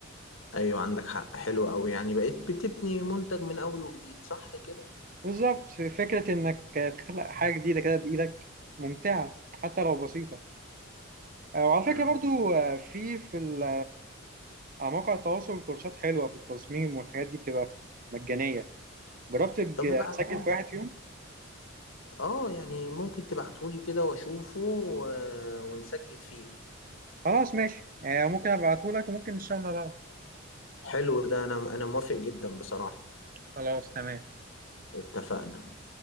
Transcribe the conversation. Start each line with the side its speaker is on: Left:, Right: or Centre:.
Left: ايوه عندك حق حلو قوي يعني بقيت بتبني منتج من اول وجديد صح كده
Right: بالظبط فكرة انك تخلق حاجة جديدة كده بايدك ممتعة حتى لو بسيطة آه وعلى فكرة
Left: امم
Right: برضو آه في في ال- على مواقع التواصل كورسات حلوة في التصميم والحاجات دي بتبقى مجانية جربت تج-
Left: طب ابعتهولي
Right: تسجل في واحد فيهم
Left: اه يعني ممكن تبعتهولي كده واشوفه و- ونسجل فيه
Right: خلاص ماشي آه ممكن ابعتهولك وممكن نشتغل مع بعض
Left: حلو ده انا انا موافق جدا بصراحة
Right: خلاص تمام
Left: اتفقنا